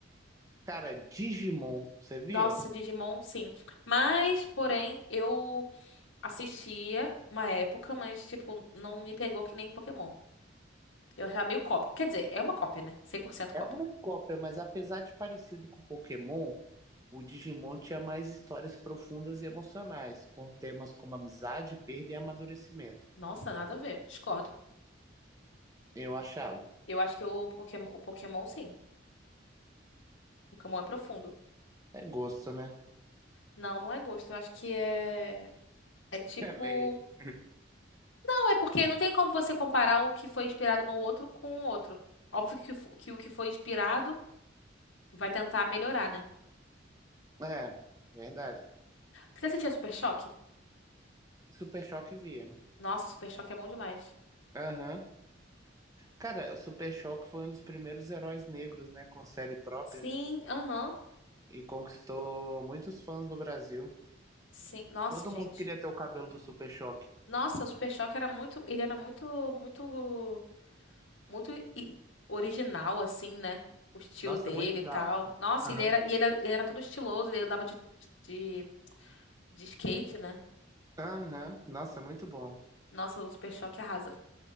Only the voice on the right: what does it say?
Cara, Digimon, você via?
É
uma cópia, mas apesar de parecido com Pokémon, o Digimon tinha mais histórias profundas e emocionais, com temas como amizade, perda e amadurecimento.
Eu achava.
É gosto, né? <laughs>
É lei.
É, verdade.
Super Choque via.
Aham. Cara, Super Choque foi um dos primeiros heróis negros, né, com série própria
e conquistou muitos fãs no Brasil.
Todo
mundo queria ter o cabelo do Super Choque.
Nossa,
muito
da
hora.
Aham.
Aham, Nossa, muito bom.